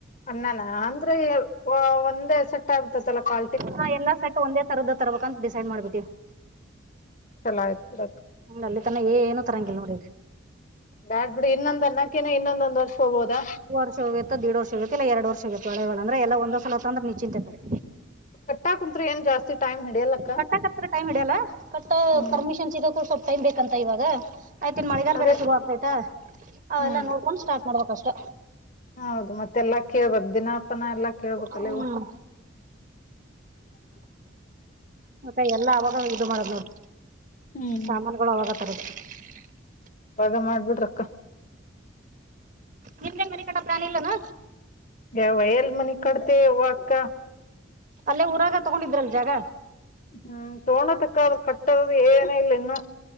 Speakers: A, on the left; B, on the right.
A: ಅಣ್ಣನ ಅಂದ್ರೆ ಒಂದೇ ಸೆಟ್ ಆಗ್ತಲ್ಲ ಕಾ.
B: ಹಾ ಎಲ್ಲಾ ಸೆಟ್ ಒಂದೇ ತರದ ತರಬೇಕ ಅಂತ ಡಿಸೈಡ್ ಮಾಡ್ಬಿಟ್ಟಿ.
A: ಚಲ ಆಯ್ತುಡ.
B: ಅಲ್ಲಿ ತನ ಏನು ತರಂಗಿಲ್ಲ ನೋಡಿ
A: ಬ್ಯಾಡ್ ಬಿಡಿ ಇನ್ನೊಂದ ಅನ್ನಕ್ಕನ ಇನ್ನೊಂದೊಂದ್ ವರ್ಷ. ಹೋಗ್ಬೋದಾ
B: ವರ್ಷ ಹೋಗುತ್ತತ್ತ ದಡ್ ವರ್ಷ ಆಗುತ್ತೆ ಇಲ್ಲ ಎರಡು ವರ್ಷ ಆಗತ್ತ ಒಳೆಳ ಅಂದ್ರೆ ಎಲ್ಲ ಒಂದಸಲ ಅಂದ್ರೆ ನಿಚಿಂತೆ ಕಡೆ.
A: ಕಟ್ಟಾ ಕುಂತ್ ಏನ್ ಜಸ್ತಿ ಟೈಮ್. ಹಿಡಿಯಲ್ಲಕ್ಕ
B: ಕಟ್ಟಕ್ ಹತ್ತ ಟೈಮ್ ಇಡಿಯಲ್ಲ ಕಟ್ಟ
A: ಹ್ಮ್
B: ಪರ್ಮಿಷನ್ ಸಿಗಕೂ ಸ್ವಲ್ಪ ಟೈಮ್ ಬೇಕಂತ ಇವಾಗ. ಆಯ್ತು ಇನ್ನು ಮಳೆಗಾಲ
A: ಅದೇ
B: ಬೇರೆ ಶುರು ಆಗ್ತೈತೆ ಅವೆಲ್ಲ
A: ಹ್ಮ್
B: ನೋಡ್ಕೊಂಡು ಸ್ಟಾರ್ಟ್ ಮಾಡ್ಬೇಕಷ್ಟೆ.
A: ಹೌದು ಮತ್ತೆಲ್ಲಾ ಕೇಳ್ಬ ದಿನಾಪನ ಎಲ್ಲಾ ಕೇಳ್ಬೇಕಲ್ಲ
B: ಹ್ಮ್
A: ಇವ.
B: ಮತ್ತೆ ಎಲ್ಲ ಅವಾಗ ಇದು ಮಾಡದು ನೋಡ
A: ಹ್ಮ್
B: ಸಾಮಾನುಗಳು ಅವಾಗ. ಅ <unintelligible>
A: ಅವಾಗ ಮಾಡ್ಬಿಟ್ರಕ್ಕ.
B: ನಿಮ್ದೇನ್ ಮನಿ ಪ್ಲಾನ್ ಇಲ್ಲ ನ.
A: ಯಾವ ಎಲ್ ಮನಿ ಕಡ್ತೆ ವಕ್ಕ.
B: ಅಲ್ಲೇ ಊರಾಗ ತಗೊಂಡಿದ್ರಲ್ ಜಾಗ.
A: ಹ್ಮ್ ತೋಳ ತಕ್ಕಾದ್ರ ಕಟ್ಟದ ಏನ ಇಲ್ಲ ಇನ್ನುೂ.